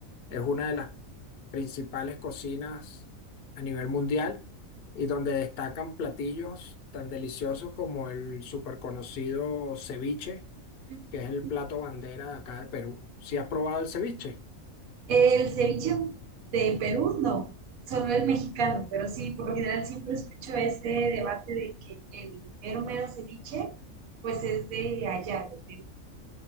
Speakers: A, on the left (about 55°); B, on the right (about 80°).
A: Es una de las principales cocinas a nivel mundial y donde destacan platillos tan deliciosos como el súper conocido ceviche
B: Ujú.
A: que es el plato bandera de acá del Perú. Si has probado el ceviche?
B: El ceviche de Perú, no, solo el mexicano, pero sí, por lo general siempre escucho ese debate de que el mero mero ceviche, pues es de allá, de Perú.